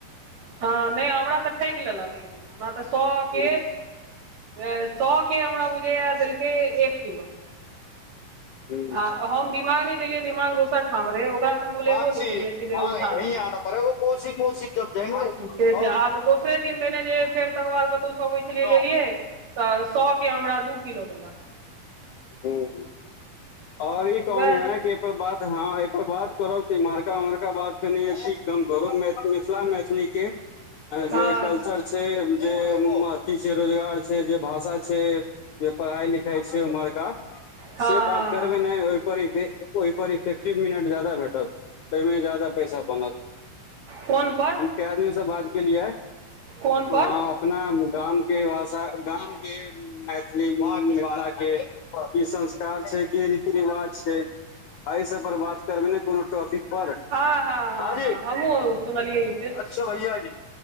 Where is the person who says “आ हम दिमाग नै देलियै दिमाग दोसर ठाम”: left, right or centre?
Right